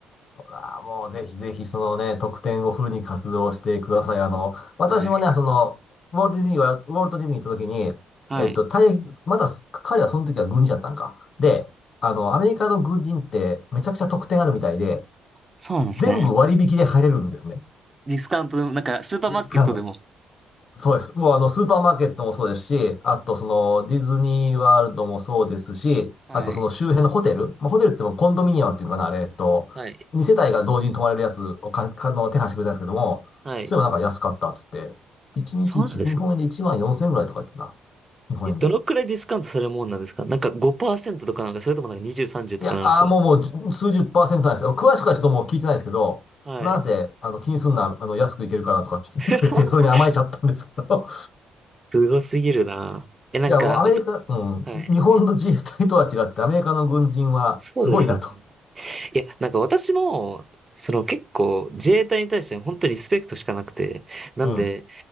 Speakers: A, on the left; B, on the right.
A: あーもうぜひぜひそのね、特典をフルに活動してください。あの、私もね、
B: はい。
A: その、ウォルト・ディズニーは、ウォルト・ディズニー行った時に、
B: はい。
A: えっと、大役、まだ彼はその時は軍人だったんか。で、あの、アメリカの軍人ってめちゃくちゃ特典あるみたいで、
B: そうなんですね。
A: 全部割引で入れるんですね。
B: ディスカウントでも、なんかスーパーマーケットでも。
A: ディスカウントそうです。もうあの、スーパーマーケットもそうですし、あとその、ディズニーワールドもそうですし、
B: はい。
A: あとその周辺のホテル、まあ、ホテルって言ってもコンドミニアムっていうのかな、あれ、えっと、
B: はい。
A: 2世帯が同時に泊まれるやつをか、かの、手配してくれたんですけども、
B: はい。
A: それもなんか安かったっつって、1日1、
B: そうなんですね。
A: 日本円で1万4千円ぐらいとか言ってたな。日本円で。
B: え、どのくらいディスカウントされるもんなんですかなんか5%とかなんか、それともなんか20、30とかなのか。
A: いや、あーもうもうじゅ数十パーセントなんですよ。詳しくはちょっともう聞いてないですけど、
B: はい。
A: なんせ、あの、気にすんな、あの、安くいけるからとかって言ってくれて、
B: <laughs>
A: それに甘えちゃったんですけど、
B: すごすぎるな。え、なんか、
A: いや、アメリカ、
B: わた
A: うん、
B: はい。
A: 日本の自衛隊とは違って、アメリカの軍人はすごいなと。
B: そうですよねいや、なんか私も、その結構自衛隊に対して本当にリスペクトしかなくて、なんで、
A: うん。